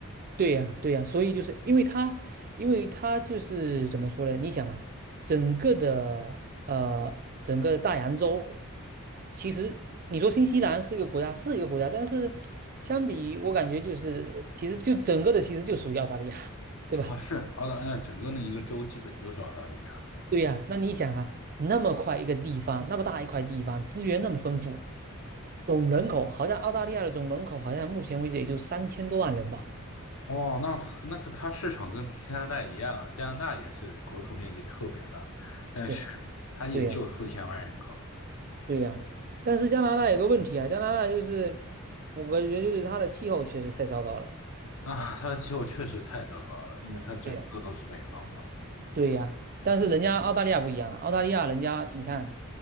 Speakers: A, on the right (about 40°); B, on the left (about 75°).
A: 对呀，对呀，所以就是因为他，因为他就是怎么说呢？你想啊，整个的呃整个大洋洲，其实你说新西兰是一个国家，是一个国家，但是相比我感觉就是其实就整个的其实就属于澳大利亚，对吧？
B: 啊。是澳大利亚整个的一个州基本就是澳大利亚，
A: 对呀，那你想啊，那么快一个地方，那么大一块地方，资源那么丰富，总人口好像澳大利亚的总人口好像目前为止也就三千多万人吧。
B: 哦，那那个它市场跟加拿大一样啊，加拿大也是国土面积特别大，但是它也就四千万人口
A: 对对呀，对呀。但是加拿大有个问题啊，加拿大就是我感觉就是它的气候确实太糟糕了。
B: 啊，它的气候确实太糟糕了，因为它整个都是北方嘛，
A: 对呀，对呀。但是人家澳大利亚不一样啊，澳大利亚人家你看，